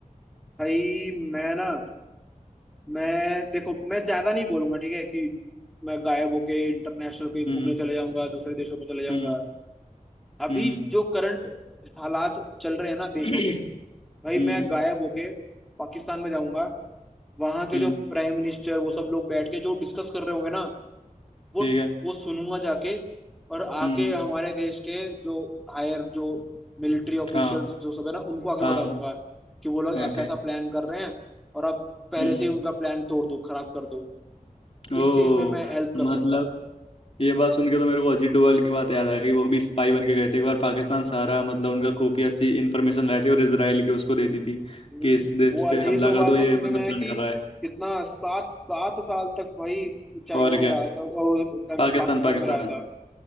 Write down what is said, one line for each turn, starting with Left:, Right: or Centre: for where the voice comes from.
Centre: भाई मैं ना मैं देखो मैं ज्यादा नहीं बोलूंगा ठीक है कि मैं गायब होके इंटरनेशनल कहीं
Left: हम्म
Centre: घूमने चले जाऊंगा दूसरे देशों में चले जाऊंगा
Left: हम्म
Centre: अभी
Left: हम्म
Centre: जो करंट हालात चल रहे हैं ना
Left: <clears throat>
Centre: देशों के भाई
Left: हम्म
Centre: मैं गायब होके पाकिस्तान में जाऊंगा वहां के
Left: हम्म
Centre: जो प्राइम मिनिस्टर वो सब लोग बैठ के जो डिस्कस कर रहे होंगे ना वो
Left: ठीक है
Centre: वो सुनूंगा जाके और आके
Left: हम्म
Centre: हमारे देश के जो हायर जो मिलिट्री ऑफिशियल्स
Left: हाँ
Centre: जो सब है ना उनको आके
Left: हाँ
Centre: बता दूंगा कि वो लोग ऐसा
Left: ओके
Centre: ऐसा प्लान कर रहे हैं और आप पहले
Left: हम्म
Centre: से ही उनका प्लान तोड़ दो खराब कर दो
Left: ओ
Centre: इस चीज में मैं हेल्प कर
Left: मतलब
Centre: सकता हूँ
Left: ये बात सुन के तो मेरे को अजीत डोभाल की बात याद आ गई वो भी स्पाई बन के गए थे एक बार पाकिस्तान सारा मतलब उनका खुफिया सी इंफॉर्मेशन लाए थे और इसराइल के उसको दे दी थी
Centre: हम्म,
Left: कि इस देश
Centre: वो अजीत
Left: पे हमला
Centre: डोभाल
Left: कर दो
Centre: तो
Left: ये
Centre: सुनने
Left: मतलब
Centre: में आया
Left: प्लान
Centre: कि
Left: कर रहा है
Centre: कितना सात सात साल तक भाई चाइना
Left: और
Centre: में
Left: क्या
Centre: रहा था और अ,
Left: पाकिस्तान
Centre: पाकिस्तान
Left: पाकिस्तान
Centre: में रहा था